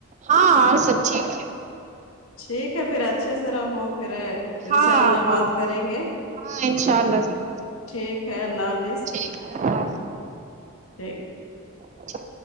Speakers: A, on the right (about 35°); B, on the left (about 75°).
A: ہاں اور سب ٹھیک ہے
B: ٹھیک ہے پھر اچھے سے رہو پھر ان
A: ہاں
B: شاء اللہ
A: ہاں
B: بات کریں گے
A: ہاں انشاء اللہ ضرور
B: ٹھیک ہے اللہ حافظ
A: ٹھیک ہے اللہ
B: ٹھیک
A: حافظ